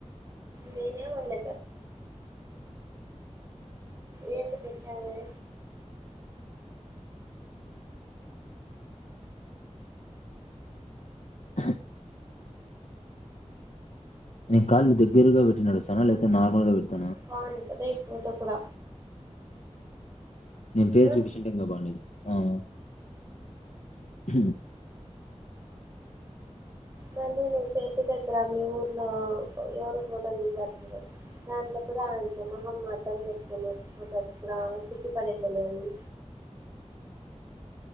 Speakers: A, on the right; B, on the left.
A: నేనేమన్లే ఏంటి పెట్టావే
B: అహ అహ్ నేను కాళ్లు దగ్గరగా పెట్టి నడుస్తాన లేద్ లేదా నార్మల్గా పెడుత
A: బాగుంది కదా ఈ ఫోటో కూడా
B: నేన్ ఫేస్
A: ఆ
B: చూపించింటే ఇంకా బాగుండేది ఆ అహ్ అ
A: మళ్ళీ నువ్వు చెట్టు దగ్గర మీ ఊర్లో ఎవరు ఫోటోలు తీసినారు దాంట్లో కూడా అంతే మొహం అడ్డం పెట్టుకుని ఒక ఫోటో అది కూడా సిగ్గు పడేది భలే ఉంది